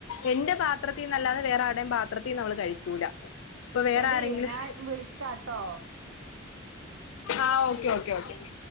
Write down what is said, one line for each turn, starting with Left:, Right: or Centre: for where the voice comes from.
Left: എന്റെ ഭാ ത്രത്തിന്നല്ലാതെ വേറെ ആരുടെം ഭാ ത്രത്തിന്നവള് കഴിക്കൂല പ്പൊ വേറാരെങ്കിലും.
Right: എടി ഞാൻ വിളിക്കാട്ടോ
Left: ആഹ് ഓക്കെ ഓക്കെ ഓക്കെ.